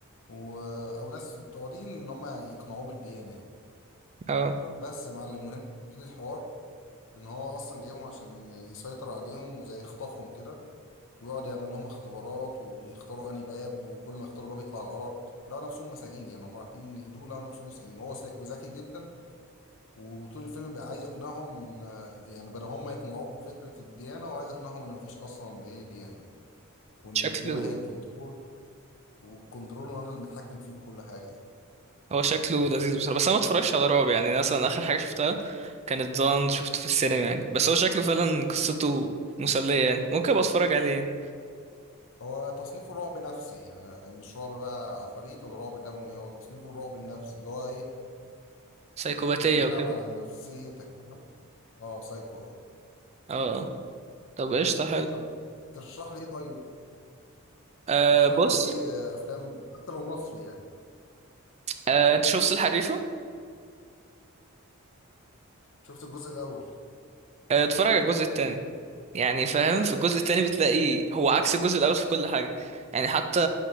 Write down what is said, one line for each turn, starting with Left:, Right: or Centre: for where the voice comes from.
Left: و... او ناس بتوع دين ان هم يقنعوه بالديانه يعني
Right: اه
Left: بس يا معلم وهنا بتبتدي الحوار ان هو اصلا جايبهم عشان يسيطر عليهم وزي يخطفهم كده ويقعد يعمل لهم اختبارات ويختاروا انهي باب وكل ما يختاروا باب يطلع الغلط لقوا نفسهم مساجين يعني هم رايحين يهدوا لقوا نفسهم مساجين وهو سا- وذكي جدا وطول الفيلم بيبقى عايز يقنعهم ان يعني بدل هم يقنعوه بفكرة الديانة وعايز يقنعهم ان مفيش اصلا ايه ديانة وان
Right: شكله
Left: الديانة هي الكنترول والكنترول وانا اللي متحكم فيكم كل حاجة يعني
Right: هو شكله لذيذ بصراحة بس انا ما اتفرجش على رعب يعني أنا مثلا اخر حاجة شفتها كانت ضان شفته في السينما يعني بس هو شكله فعلا قصته مسلية يعني ممكن ابقى اتفرج عليه يعني
Left: هو تصنيفه رعب نفسي يعني مش رعب بقى عفاريت ولا رعب دموي هو تصنيفه الرعب النفسي اللي هو ايه
Right: سايكوباتية
Left: بيخ- يلعب
Right: وكده
Left: على نفسيتك تمام اه سايكو اه
Right: اه آه. طب قشطة حلو
Left: طب ترشح لي ايه طيب
Right: آه
Left: ترشح
Right: بص
Left: لي ايه آه، افلام حتى لو مصري يعني
Right: آه انت شفت الحريفة
Left: شفت الجزء الاول
Right: آه اتفرج على الجزء التاني يعني فاهم في الجزء التاني بتلاقي هو عكس الجزء الاول في كل حاجه يعني حتى